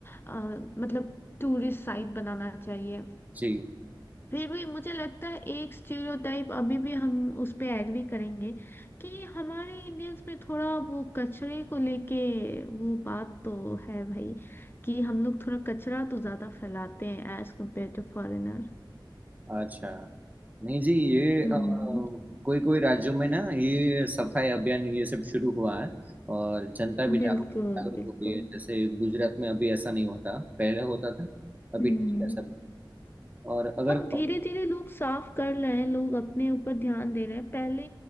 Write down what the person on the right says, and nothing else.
जी
अच्छा नहीं जी ये
कोई कोई राज्यों में ना ये सफाई अभियान ये सब शुरू हुआ है और जनता भी जागरूक
जागरूक
हो रही है जैसे गुजरात में अभी ऐसा नहीं होता पहले होता था अभी
ठीक है सब और अगर